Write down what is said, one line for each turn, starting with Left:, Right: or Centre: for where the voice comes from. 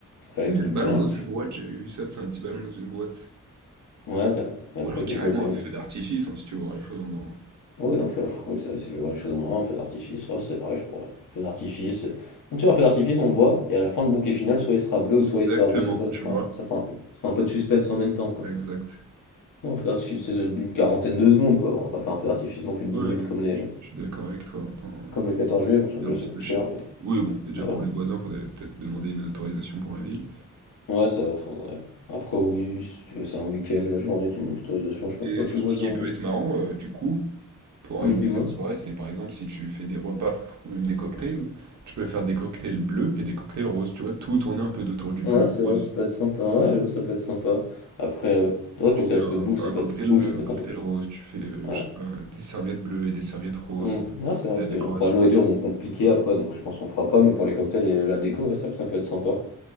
Left: Faire les
Right: Tu
Left: trucs
Right: sais, il y a le ballon
Left: bien.
Right: dans une boîte, j'avais vu ça, c'est un petit ballon dans une boîte.
Left: Ouais, et après,
Right: Ou alors
Left: il
Right: carrément
Left: fait quoi le ballon?
Right: un feu d'artifice, hein, si tu veux voir les choses en grand.
Left: Oui, en fait <laughs> oui, ça, si je vois les choses en main, un feu d'artifice, ouais, c'est vrai, je pourrais. Feu d'artifice. Donc, tu vois, un feu d'artifice, on le voit, et à la fin, le bouquet final, soit il sera bleu ou soit il
Right: Exactement,
Left: sera rose, comme ça, ça
Right: tu
Left: fera,
Right: vois.
Left: ça fera un peu, ça fera un peu de suspense en même temps, quoi.
Right: Exact.
Left: Bon, un feu d'artifice, c'est de- d'une quarantaine de secondes, quoi. Bon, on va pas faire un feu d'artifice non plus de
Right: Ouais,
Left: 10 minutes
Right: non,
Left: comme les,
Right: je je suis d'accord avec toi, hein, pas un-
Left: comme le 14
Right: ça
Left: juillet,
Right: va
Left: parce
Right: coûter
Left: que déjà,
Right: un petit
Left: ça coûte
Right: peu
Left: cher,
Right: cher.
Left: et,
Right: Oui, bon, déjà
Left: mais voilà.
Right: pour les voisins, faudrait peut-être demander une autorisation pour la ville.
Left: Ouais, ça va, faudrait. Après, oui, si tu veux, c'est un week-end, la journée, tu mets une autorisation, je pense
Right: Et
Left: pas que
Right: ce qui,
Left: les voisins
Right: ce qui
Left: vont.
Right: peut être marrant, euh, du coup, Pour organiser
Left: Hum, Dis-moi.
Right: une soirée, c'est par exemple si tu fais des repas ou même des cocktails, tu peux faire des cocktails bleus et des cocktails roses, tu vois, tout tourner un peu autour du bleu,
Left: Ouais, c'est
Right: rose.
Left: vrai, ça peut être sympa. Ouais, j'avoue, ça peut être sympa. Après, euh, ouais, cocktail,
Right: Tu fais
Left: parce
Right: Un,
Left: que bouffe,
Right: un
Left: ça peut
Right: cocktail
Left: être, bouffe,
Right: bleu,
Left: ça peut
Right: un cocktail
Left: être un peu plus.
Right: rose, tu fais, euh, je
Left: Ouais.
Right: sais pas, des serviettes bleues et des serviettes roses,
Left: Hum, ouais, c'est vrai
Right: de
Left: que
Right: la
Left: c'est
Right: décoration.
Left: bien. Pour la nourriture, on compliqué après, donc je pense qu'on fera pas, mais pour les cocktails et la déco, ouais, c'est vrai que ça peut être sympa.